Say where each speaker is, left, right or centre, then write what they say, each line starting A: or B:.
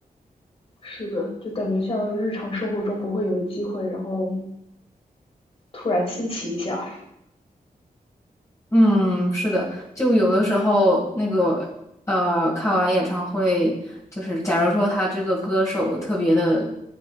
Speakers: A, on the left (about 40°); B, on the left (about 20°).
A: 是的，就感觉像日常生活中不会有的机会，然后突然新奇一下。
B: 嗯，是的，就有的时候那个呃，看完演唱会，就是假如说他这个歌手特别的，